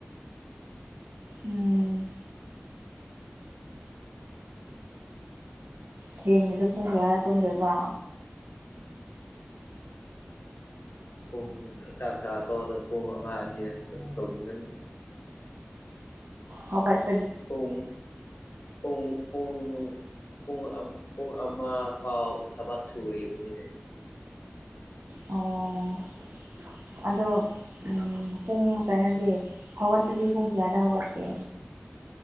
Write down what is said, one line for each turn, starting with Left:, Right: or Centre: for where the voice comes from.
Right: ꯎꯝ ꯊꯦꯡꯉꯦꯗꯣ ꯄꯨꯡ ꯀꯌꯥꯗ ꯇꯨꯝꯗꯣꯏꯕ
Left: ꯄꯨꯡ ꯆꯥꯛ ꯆꯥ ꯇꫭꯛꯑꯒ ꯄꯨꯡ ꯑꯃ ꯑꯅꯤ ꯇꯨꯝꯒꯅꯤ
Right: ꯍ ꯀꯥꯏ <unintelligible>
Left: ꯄꯨꯡ ꯄꯨꯡ ꯄꯨꯡ ꯄꯨꯡ ꯑꯃ ꯄꯨꯡ ꯑꯃ ꯐꯥꯎ ꯊꯕꯛ ꯁꯨꯔꯤꯕꯅꯤꯅꯦ
Right: ꯑꯣ ꯑꯗꯣ ꯎꯝ ꯄꯨꯡ ꯀꯩꯅꯣꯗꯤ ꯍꯧꯒꯠꯄꯗꯤ ꯄꯨꯡ ꯀꯌꯥꯗ ꯍꯧꯒꯠꯀꯦ